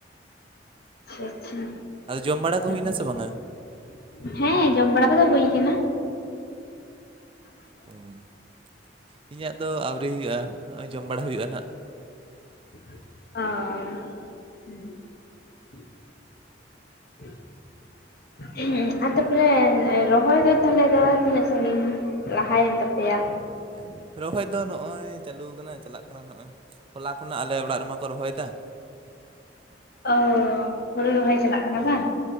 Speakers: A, on the left (about 55°); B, on the right (about 30°).
A: ᱟᱪᱪᱷᱟ
B: ᱟᱫᱚ ᱡᱚᱢ ᱵᱟᱲᱟ ᱠᱚ
A: ᱟᱪᱪᱷᱟ
B: ᱦᱩᱭᱱᱟ ᱥᱮ ᱵᱟᱝᱟ?
A: <inaudible> ᱦᱮᱸ ᱡᱚᱢ ᱵᱟᱲᱟ ᱠᱚᱫᱚ ᱦᱩᱭ ᱠᱟᱱᱟ ᱾
B: <inaudible> ᱤᱧᱟᱹᱜ ᱫᱚ ᱟᱹᱣᱨᱤ ᱦᱩᱭᱩᱜᱼᱟ, ᱱᱚᱜᱼᱚᱭ ᱡᱚᱢ ᱵᱟᱲᱟ ᱦᱩᱭᱩᱜᱼᱟ ᱱᱟᱸᱜ ᱾
A: ᱚᱦᱚ <inaudible> <inaudible>
B: <inaudible>
A: <inaudible> ᱟᱨ ᱛᱟᱯᱚᱨᱮ ᱨᱚᱦᱚᱭ ᱫᱚ ᱛᱟᱦᱚᱞᱮ ᱫᱚ ᱛᱤᱱᱟᱹᱜ ᱥᱟᱺᱜᱤᱧ ᱞᱟᱦᱟᱭᱮᱱ ᱛᱟᱯᱮᱭᱟ
B: <unintelligible> ᱨᱚᱦᱚᱭ ᱫᱚ ᱱᱚᱜᱼᱚᱭ ᱪᱟᱹᱞᱩ ᱠᱟᱱᱟ ᱪᱟᱞᱟᱜ ᱠᱟᱱᱟ ᱱᱚᱜᱼᱚᱭ ᱾ ᱦᱚᱞᱟ ᱠᱷᱚᱱᱟᱜ ᱟᱞᱮ ᱚᱲᱟᱜ ᱨᱮᱢᱟᱠᱚ ᱨᱚᱦᱚᱭᱫᱟ ᱾
A: ᱚ, ᱦᱩᱲᱩ ᱨᱚᱦᱚᱭ ᱪᱟᱞᱟᱜ ᱠᱟᱱᱟ
B: ᱦᱳᱭ
A: ᱵᱟᱝ